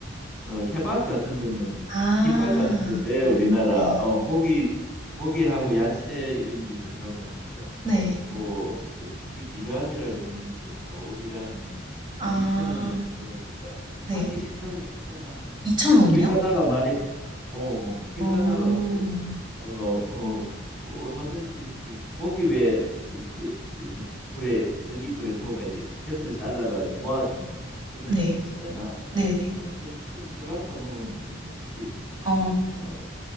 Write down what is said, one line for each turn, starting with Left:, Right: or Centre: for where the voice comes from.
Centre: 어, 케밥 같은 거는
Right: 아,
Centre: 김밥 같은 건데 우리나라
Right: 네.
Centre: 어, 고기 고기하고 야채 이런 게 들어가고 하니까
Right: 네.
Centre: 뭐 어, 그게 디람이라 그러는데 보자 오 디람이면 한
Right: 아,
Centre: 2천 원에 사 먹으니까
Right: 네.
Centre: 한끼 식사로 괜찮아.
Right: 2,000원이요?
Centre: 그 길 가다가 많이 봐- 어, 어, 길
Right: 오,
Centre: 가다가 뭐 어, 어, 뭐 얼마든지 이렇게 고기 왜 이렇게 이렇게 불에 전기불에 구워가 이렇게 곁을 잘라가 이렇게 모아주는 그런
Right: 네.
Centre: 음식 있잖아.
Right: 네네.
Centre: 어, 그, 그런 케밥 사 먹으면 괜찮지.
Right: 어,
Centre: 어,